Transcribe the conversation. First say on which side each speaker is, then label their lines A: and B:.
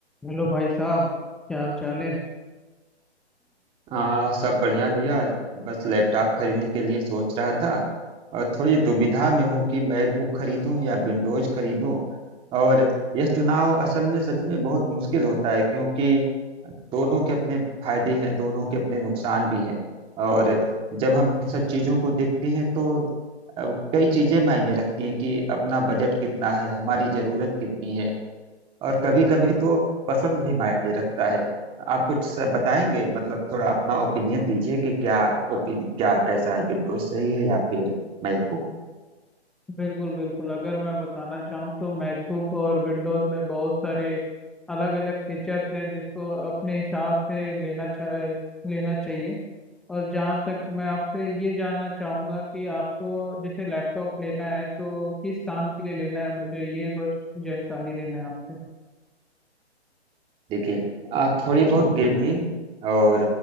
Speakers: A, in the centre; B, on the right.
A: Hello भाई साहब क्या हाल चाल है
B: आ, सब बढ़िया भैया बस लैपटॉप खरीदने के लिए सोच रहा था और थोड़ी दुविधा में हूँ कि मैकबुक खरीदूं या विंडोज खरीदूं और यह चुनाव असल में सच में बहुत मुश्किल होता है क्योंकि दोनों के अपने फायदे हैं दोनों के अपने नुकसान भी हैं और जब हम इन सब चीज़ों को देखते हैं तो अ, कई चीज़ें मायने रखती हैं कि अपना बजट कितना है हमारी ज़रूरत कितनी है और कभी कभी तो पसंद भी मायने रखता है आप कुछ स- बताएंगे मतलब थोड़ा अपना ओपिनियन दीजिए कि क्या ओपिन क्या कैसा है विंडोज सही है या फिर मैकबुक
A: बिल्कुल बिल्कुल अगर मैं बताना चाहूँ तो मैकबुक और विंडोज में बहुत सारे अलग अलग फीचर्स हैं जिसको अपने हिसाब से लेना चाह लेना चाहिए और जहाँ तक मैं आपसे ये जानना चाहूँगा कि आपको जैसे लैपटॉप लेना है तो किस काम के लिए लेना है मुझे ये बस जानकारी लेना है आपसे
B: देखिए आप थोड़ी बहुत गेमिंग और